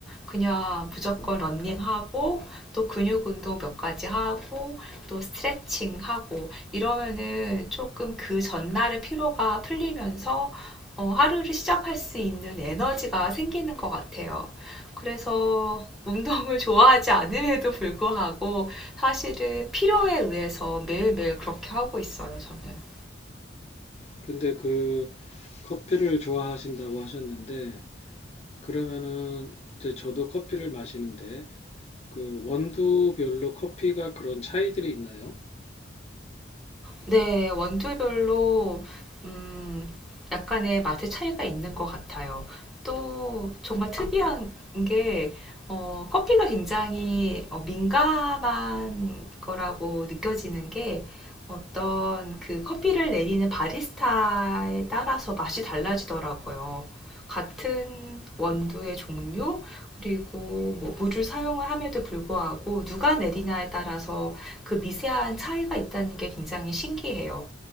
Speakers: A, in the centre; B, on the left (about 35°).
A: 그냥 무조건 런닝하고 또 근육 운동 몇 가지 하고 또 스트레칭 하고 이러면은 조금 그 전날의 피로가 풀리면서 어, 하루를 시작할 수 있는 에너지가 생기는 것 같아요. 그래서 운동을 <laughs> 좋아하지 않음에도 불구하고 사실은 필요에 의해서 매일매일 그렇게 하고 있어요, 저는.
B: 근데 그 커피를 좋아하신다고 하셨는데 그러면은 이제 저도 커피를 마시는데 그 원두별로 커피가 그런 차이들이 있나요?
A: 네, 원두별로 음, 약간의 맛의 차이가 있는 것 같아요. 또 정말 특이한 게 어, 커피가 굉장히 어, 민감한 거라고 느껴지는 게 어떤 그 커피를 내리는 바리스타에 따라서 맛이 달라지더라고요. 같은 원두의 종류 그리고 뭐 물을 사용을 함에도 불구하고 누가 내리냐에 따라서 그 미세한 차이가 있다는 게 굉장히 신기해요.